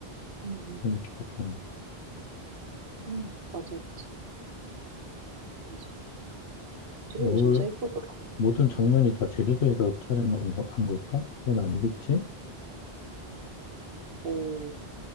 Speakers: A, on the right; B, on the left.
A: 음 음. 음
B: 재밌게 봤던
A: 음, 맞아, 맞아, 맞아. 찌도
B: 올
A: 진짜 예쁘더라.
B: 모든 장면이
A: 음.
B: 다 제주도에서 촬영한 거- 한 걸까? 그건 아니겠지?
A: 오